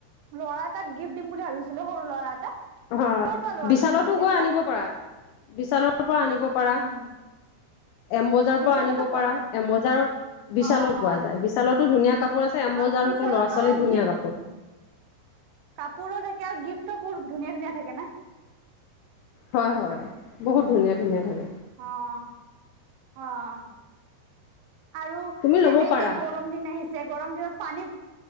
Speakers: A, on the right; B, on the left.
A: ল'ৰা এাক গিফ্ট দিম বুলি ভাবিছিলো সৰু ল'ৰা এটা
B: অ
A: ক'ৰ পৰা লোৱা
B: বিশালতো
A: তুমি বিশেষকৈ
B: গৈ আনিব পাৰা বিশালৰ পৰা আনিব পাৰা।
A: উম
B: এমবজাৰৰ
A: বিশালতো
B: পৰা আনিব
A: পোৱা
B: পাৰা
A: যায়
B: এমবজাৰত বিশালৰ
A: অ
B: পোৱা
A: অ
B: যায় বিশালতো ধুনীয়া কাপোৰ আছে এমবজাৰতো
A: অ বিশালত
B: ল'ৰা ছোৱালীৰ
A: অ
B: ধুনীয়া
A: গিফ্ট
B: কাপোৰ।
A: কাপোৰো থাকে আৰু গিফ্টো বোৰ ধুনীয়া ধুনীয়া থাকে না।
B: হয় -হয় বহুত ধুনীয়া ধুনীয়া থাকে
A: অ' অ' আৰু এ
B: তুমি ল'ব
A: এতিয়া
B: পাৰা
A: গৰম দিন আহিছে গৰম দিনত। পানী